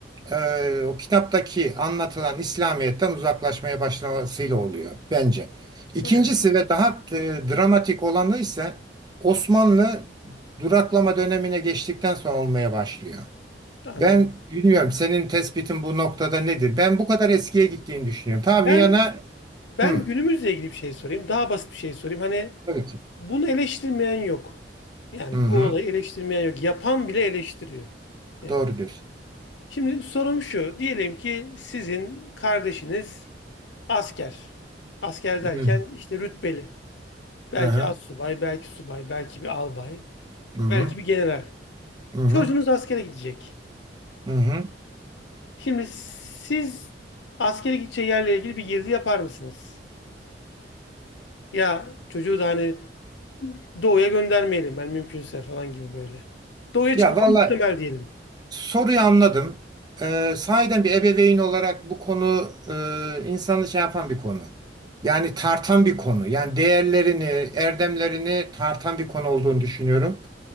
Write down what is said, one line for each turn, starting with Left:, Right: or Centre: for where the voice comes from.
Right: e, o kitaptaki anlatılan İslamiyet'ten uzaklaşmaya başlamasıyla oluyor bence. İkincisi
Left: evet,
Right: ve daha e, dramatik olanı ise Osmanlı duraklama dönemine geçtikten sonra olmaya başlıyor.
Left: anladım.
Right: Ben bilmiyorum senin tespitin bu noktada nedir? Ben bu kadar eskiye gittiğini düşünüyorum. Ta
Left: Ben
Right: Viyana,
Left: ben
Right: hı,
Left: günümüzle ilgili bir şey sorayım. Daha basit bir şey sorayım. Hani
Right: tabii ki.
Left: bunu eleştirmeyen yok. Yani
Right: Hı hı.
Left: bu olayı eleştirmeyen yok. Yapan bile eleştiriyor. Yani.
Right: Doğru diyorsun.
Left: Şimdi sorum şu. Diyelim ki sizin kardeşiniz asker. Asker
Right: Hı
Left: derken
Right: hı.
Left: işte rütbeli. Belki
Right: Aha,
Left: assubay, belki subay, belki bir albay,
Right: Hı hı.
Left: belki bir general.
Right: Hı hı.
Left: Çocuğunuz askere gidecek.
Right: Hı hı.
Left: Şimdi siz askere gideceği yerle ilgili bir girdi yapar mısınız? Ya çocuğu da hani doğuya göndermeyelim ben mümkünse falan gibi böyle. Doğuya
Right: Ya
Left: çıkması
Right: vallahi
Left: muhtemel diyelim.
Right: Soruyu anladım. Ee, sahiden bir ebeveyn olarak bu konu e, insanı şey yapan bir konu. Yani tartan bir konu. Yani değerlerini, erdemlerini tartan bir konu olduğunu düşünüyorum.